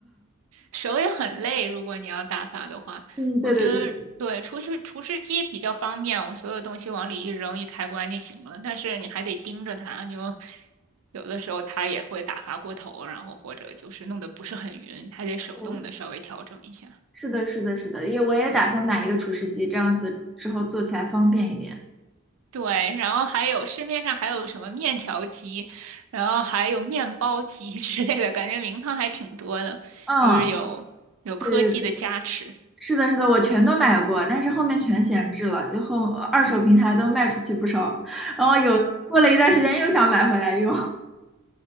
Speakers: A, on the right; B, in the centre.
A: 手也很累，如果你要打发的话，
B: 嗯，对对对
A: 我觉得对，厨师厨师机比较方便，我所有东西往里一扔一开关就行了。但是你还得盯着它，就有的时候它也会打发过头，然后或者就是弄得不是很匀，还得手动的稍微调整一下。
B: 对，是的，是的，是的，也我也打算买一个厨师机，这样子之后做起来方便一点。
A: 对，然后还有市面上还有什么面条机，然后还有面包机 <laughs> 之类的，感觉名堂还挺多的，
B: 嗯，
A: 就是有有科技的加持。
B: 对对对，是的，是的，我全都买过，但是后面全闲置了，就后呃二手平台都卖出去不少，然后有过了一段时间又想买回来用，